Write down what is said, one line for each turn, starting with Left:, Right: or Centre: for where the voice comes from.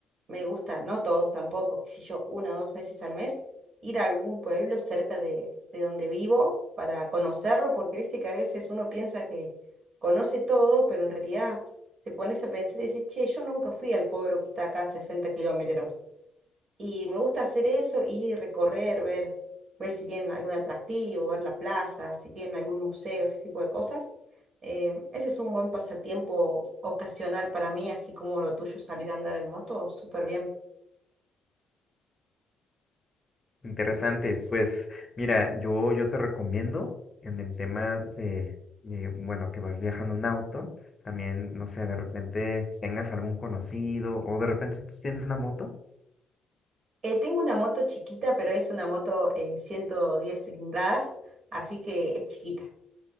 Right: Me gusta, no todos tampoco, qué sé yo, una o dos veces al mes, ir a algún pueblo cerca de, de donde vivo para conocerlo, porque viste que a veces uno piensa que conoce todo, pero en realidad te pones a pensar y dices, che, yo nunca fui al pueblo que está acá a 60 kilómetros. Y me gusta hacer eso y recorrer, ver, ver si tienen algún atractivo, ver la plaza, si tienen algún museo, ese tipo de cosas. Eh, ese es un buen pasatiempo ocasional para mí, así como lo tuyo, salir a andar en moto, súper bien.
Left: Interesante, pues mira, yo, yo te recomiendo en el tema de, de, bueno, que vas viajando en auto, también, no sé, de repente tengas algún conocido o de repente tú tienes una moto.
Right: Eh, tengo una moto chiquita, pero es una moto eh, 110 cilindradas, así que es chiquita.